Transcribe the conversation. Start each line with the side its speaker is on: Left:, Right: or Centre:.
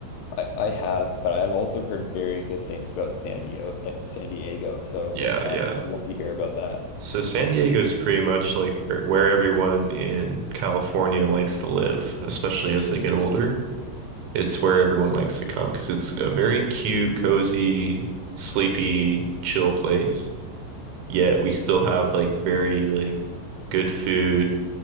Left: I I have, but I've also heard very good things about San Diego. San Diego. So
Right: Yeah,
Left: uh,
Right: yeah.
Left: I would love to hear about that.
Right: So San Diego is pretty much like where where everyone in California likes to live, especially as they get older. It's where everyone likes to come because it's a very cute, cozy, sleepy, chill place. Yet we still have like very like good food,